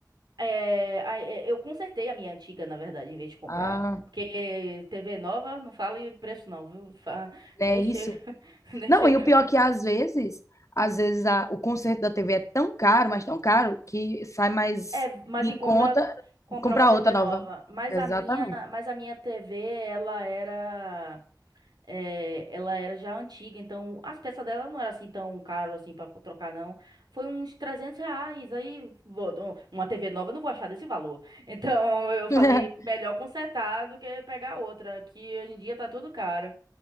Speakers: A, on the right; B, on the left.
A: É, a- é, eu consertei a minha antiga, na verdade, em vez de comprar.
B: Ah,
A: Porque TV nova, não fale preço não, viu? Fa-
B: é
A: Nem
B: isso.
A: chega, <laughs> nem
B: Não,
A: chega.
B: e o pior é que às vezes, às vezes a- o conserto da TV é tão caro, mas tão caro, que sai mais
A: É, mas
B: em
A: em conta
B: conta
A: comprar
B: comprar
A: uma TV
B: outra nova.
A: nova. Mas
B: Exatamente.
A: a minha, mas a minha TV, ela era É, ela era já antiga, então as peças dela não era assim tão caro assim para trocar, não. Foi uns 300 reais. Aí, vou- um, uma TV nova, eu não vou achar desse valor. <laughs> Então eu falei,
B: <laughs>
A: melhor consertar do que pegar outra, que hoje em dia tá tudo caro.